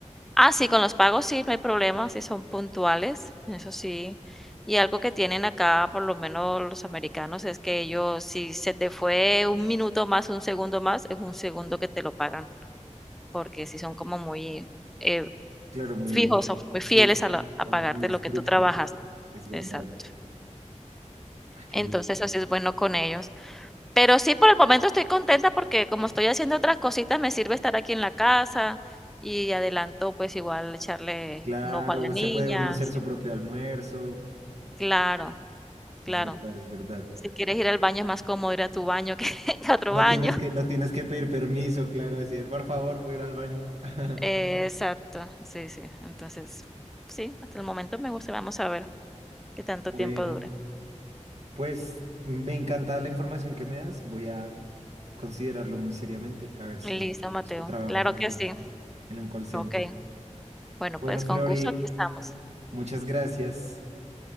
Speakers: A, in the centre; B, on the right.
A: ah, sí, con los pagos sí, no hay problema, sí son puntuales, eso sí. Y algo que tienen acá, por lo menos los americanos, es que ellos, si se te fue un minuto más, un segundo más, es un segundo que te lo pagan. porque si son como muy eh,
B: Claro, muy,
A: fijos
B: mu-
A: o muy
B: sí,
A: fieles a, la- a
B: como
A: pagarte
B: muy estrictos.
A: lo que tú trabajaste.
B: Es verdad.
A: Exacto.
B: Ah, qué
A: Entonces,
B: bien.
A: así es bueno con ellos. Pero sí, por el momento estoy contenta porque como estoy haciendo otras cositas, me sirve estar aquí en la casa y adelanto, pues igual echarle
B: Claro,
A: un ojo a la niña.
B: se puede uno hacer
A: sí.
B: su propio almuerzo.
A: Claro, claro.
B: Es verdad, es verdad.
A: Si quieres ir al baño es más cómodo ir a tu baño que <laughs> a otro
B: No
A: baño.
B: tienes que, no tienes que pedir permiso, claro, así, de, por favor, puedo ir al baño. <laughs>
A: Exacto, sí, sí. Entonces, sí, hasta el momento me gusta. Vamos a ver qué tanto
B: Bueno,
A: tiempo dura.
B: pues me encanta la información que me das. Voy a considerarlo muy seriamente, a ver si
A: Listo, Mateo.
B: busco trabajo
A: Claro
B: también
A: que sí.
B: en un call center.
A: Okey. Bueno,
B: Bueno,
A: pues,
B: Flori,
A: con gusto aquí estamos.
B: muchas gracias.